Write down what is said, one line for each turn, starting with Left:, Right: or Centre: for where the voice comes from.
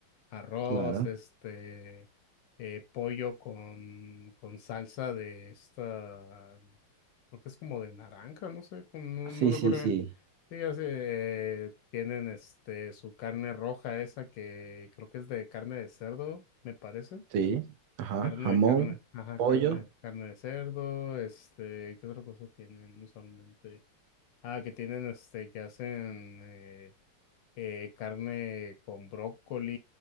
Left: arroz,
Right: Claro.
Left: este, eh, pollo con, con salsa de esta, creo que es como de naranja, no sé, como no,
Right: Sí,
Left: no recuerdo.
Right: sí, sí.
Left: Sí, así, eh, tienen este, su carne roja esa que creo que es de carne de cerdo, me parece.
Right: Sí. Ajá.
Left: Carne
Right: Jamón,
Left: de carne, ajá,
Right: pollo.
Left: carne, carne de cerdo, este, ¿qué otra cosa tienen usualmente? Ah, que tienen, este, que hacen eh, eh, carne con brócoli